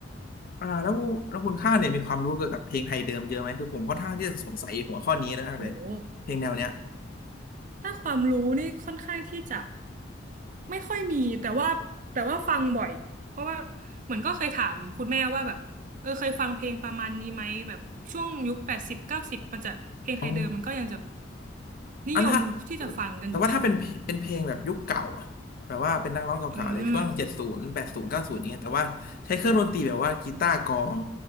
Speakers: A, on the left; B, on the right.
A: อ่าแล้วแล้วคุณข้าวเนี่ยมีความรู้เกี่ยวกับเพลงไทยเดิมเยอะไหมคือผมค่อนข้างที่จะสงสัยหัวข้อนี้มากเลย
B: โห
A: เพลงแนวเนี้ย
B: ถ้าความรู้นี่ค่อนข้างที่จะไม่ค่อยมีแต่ว่าแต่ว่าฟังบ่อยเพราะว่าเหมือนก็เคยถามคุณแม่ว่าแบบเออเคยฟังเพลงประมาณนี้ไหมแบบช่วงยุคแปดสิบเก้าสิบมันจะเพลงไทยเดิมมันก็ยังจะ
A: อ๋อ
B: นิยมที่จะฟังกันอยู่ใช่ไหมคะ
A: อ่ะถ้าแต่ว่าถ้าเป็นเป็นเพลงแบบยุคเก่าอะแบบว่าเป็นนักร้องเก่าๆเลยช่วงเจ็ดศูนย์แปดศูนย์เก้าศูนย์เนี้ยแต่ว่าใช้เครื่องดนตรีแบบว่ากีตาร์กลอง
B: อืม